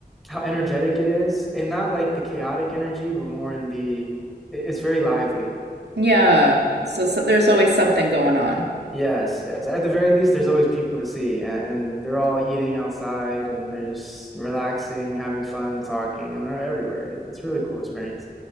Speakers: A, in the centre; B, on the right.
A: how energetic it is, and not like the chaotic energy, but more in the it- it's very lively.
B: Yeah. So, so there's always something going on.
A: Yes, yes. At the very least, there's always people to see, and, and they're all eating outside, and they're just relaxing, having fun, talking, and they're everywhere. It- It's a really cool experience.